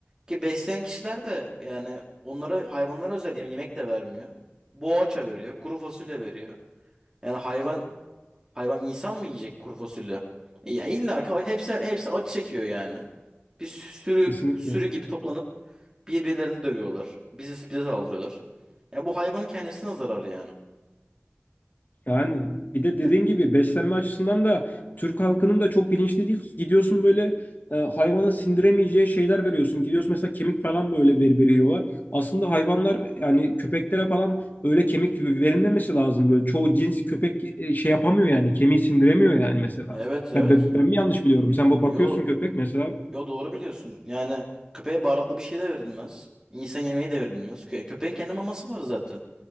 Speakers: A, on the right (about 15°); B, on the left (about 45°).
A: Ki besleyen kişiler de yani onlara hayvanlara özel yem- yemek de vermiyor. Boğaça veriyor, kuru fasulye veriyor. Yani hayvan hayvan insan mı yiyecek kuru fasulye? Ya illa ki hepsi hepsi acı çekiyor yani. Bir sürü
B: kesinlikle.
A: sürü gibi toplanıp birbirlerini dövüyorlar. Bizi bize saldırıyorlar. Ya bu hayvanın kendisine zarar yani.
B: Yani bir de dediğin
A: Ya,
B: gibi beslenme açısından da Türk halkının da çok bilinçli değil. Gidiyorsun böyle e, hayvana sindiremeyeceği şeyler veriyorsun. Gidiyorsun mesela kemik falan böyle ver, veriyorlar. Aslında hayvanlar yani köpeklere falan öyle kemik verilmemesi lazım. Böyle çoğu cins köpek e, şey yapamıyor yani kemiği sindiremiyor yani mesela.
A: evet evet.
B: Ben, ben, ben mi yanlış biliyorum? Sen bu bakıyorsun
A: Yo
B: köpek mesela.
A: yo doğru biliyorsun. Yani köpeğe baharatlı bir şey de verilmez. İnsan yemeği de verilmez. Kö- köpeğin kendi maması var zaten.